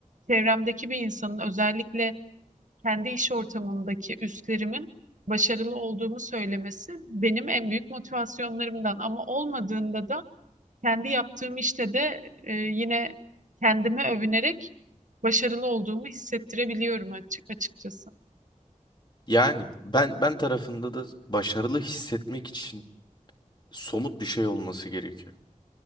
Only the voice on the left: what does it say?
Yani ben ben tarafında da başarılı hissetmek için somut bir şey olması gerekiyor.